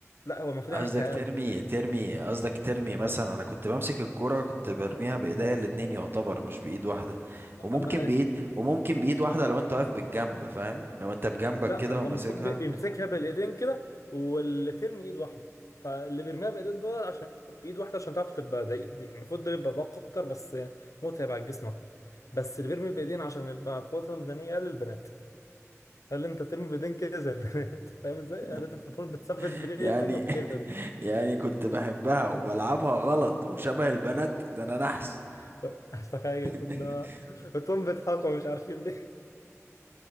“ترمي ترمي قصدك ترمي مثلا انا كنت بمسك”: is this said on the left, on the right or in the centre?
Right